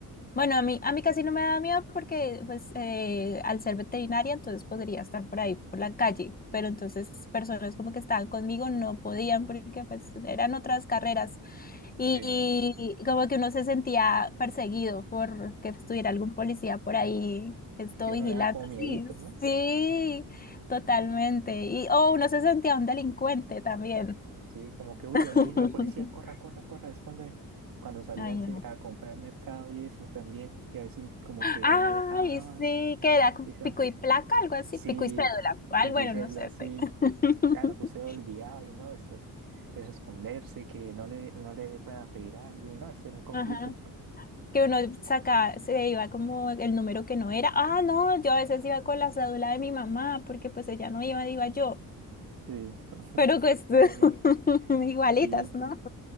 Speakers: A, on the left; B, on the right.
A: bueno, a mí, a mí casi no me da miedo porque pues eh, al ser veterinaria entonces podría estar por ahí, por la calle, pero entonces personas como que estaban conmigo no podían porque pues eran otras carreras y,
B: Sí.
A: y como que uno se sentía perseguido por que estuviera algún policía por ahí. Esto
B: Sí, a
A: vigilando,
B: uno le da como miedito,
A: sí,
B: ¿no?
A: sí, totalmente. Y, o uno se sentía un delincuente también.
B: Sí, como que, uy,
A: <laughs>
B: ahí viene la policía, corra, corra, corra. Es cuando, cuando salía
A: Ay,
B: a, hacer-
A: no.
B: a comprar mercado y eso también, que a veces como que
A: Ay,
B: no dejaban.
A: sí, que era con
B: Y son,
A: pico y placa, algo así,
B: sí,
A: pico y cédula. Ay,
B: pico
A: bueno,
B: y cédula,
A: no sé.
B: sí.
A: te- <laughs>
B: Claro que usted lo olvidaba y no, eso es, eso es esconderse, que no le, no le puedan pedir algo y no, eso era un complique.
A: Ajá. Que uno saca, se iba como el número que no era. Ah, no, yo a veces iba con la cédula de mi mamá, porque pues ella no iba, iba yo.
B: Sí, <laughs>
A: Pero pues
B: Yo,
A: <laughs>
B: eh,
A: igualitas,
B: sí,
A: ¿no?